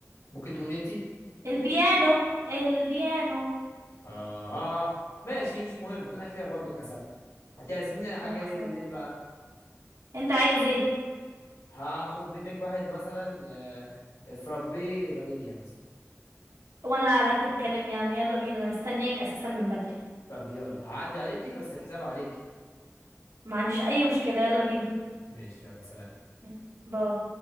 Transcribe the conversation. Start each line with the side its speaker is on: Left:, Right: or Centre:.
Left: ممكن تقولي انتي
Right: البيانو البيانو
Left: اه آه، ماشي مش مهم انا كده برضو كسبت هتعزميني على حاجه
Right: يا خسارة
Left: ايه بالليل بقى
Right: انت عايز ايه
Left: هاخد منك واحد مثلا آه فرابي فانيليا مثلا
Right: وانا على قد الكلام يا عم يلا بينا انا مستنياك اساسا من بدري
Left: طب يلا هعدي عليكي بس الحساب عليكي
Right: ما عنديش اي مشكلة يلا بينا
Left: ماشي يلا سلام
Right: يلا، باي